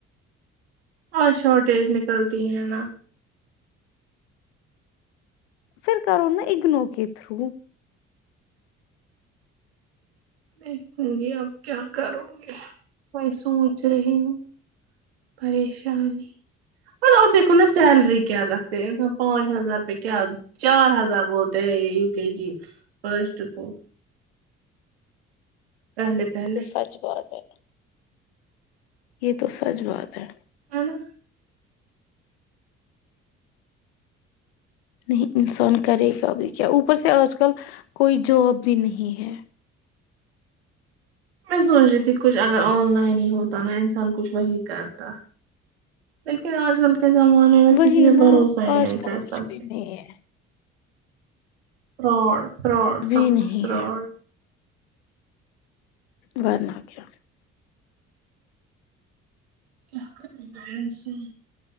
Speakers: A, on the right; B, on the left.
A: اور شارٹیج نکلتی ہیں نا
B: پھر کرو نا اگنو کے تھرو
A: دیکھوں گی اب کیا کروں گی میں سوچ رہی ہوں پریشانی م اب دیکھو نا سیلری کیا رکھتے انسان پانچ ہزار روپ کیا چار ہزار بولتے ہیں یہ یو کے جی فرسٹ کو پہلے پہلے
B: وہ تو سچ بہت ہے یہ تو سچ بات ہے
A: ہے نا
B: نہیں انسان کرے گا ابھی کیا اوپر سے آج کل کوئی جاب بھی نہیں ہے
A: میں سوچ رہی تھی کچھ اگر آن لائن ہی ہوتا نا انسان کچھ وہی کرتا لیکن آج کل کے زمانے میں
B: وہی
A: کسی پ
B: نا
A: بھروسہ ہی
B: آج
A: نہیں
B: کل
A: کر
B: کچھ
A: سکتے
B: بھی نہیں
A: رڑ فراڈ
B: ہے بھی
A: سب کچھ
B: نہیں
A: فراڈ
B: ہے ورنہ کیا
A: کیا کرن سو